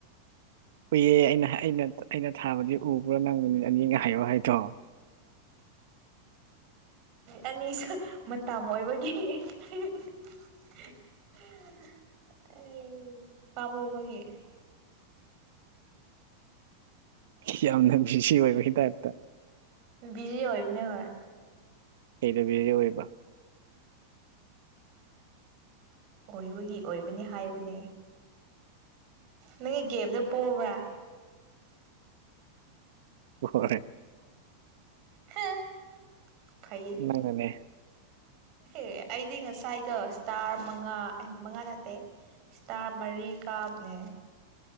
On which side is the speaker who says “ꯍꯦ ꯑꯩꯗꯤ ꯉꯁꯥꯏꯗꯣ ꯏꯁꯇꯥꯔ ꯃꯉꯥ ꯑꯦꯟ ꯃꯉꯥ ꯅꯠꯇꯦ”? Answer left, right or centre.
Right